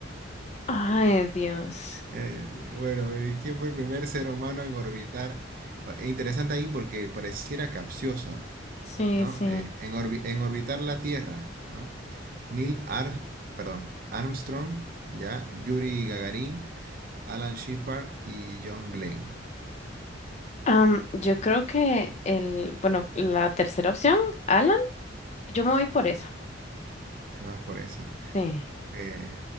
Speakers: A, on the left; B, on the right.
A: Ay, Dios.
B: Eh, bueno, eh, ¿quién fue el primer ser humano en orbitar? Eh, interesante ahí porque pareciera capciosa,
A: Sí,
B: ¿no?
A: sí.
B: Eh, en, orbi- en orbitar la Tierra, ¿no? Neil Ar- perdón, Armstrong, ¿ya? Yuri Gagarin, Alan Shepard y John Glenn.
A: Am, yo creo que el, bueno, la tercera opción, Alan, yo me voy por esa.
B: Te vas por esa.
A: Sí,
B: Eh,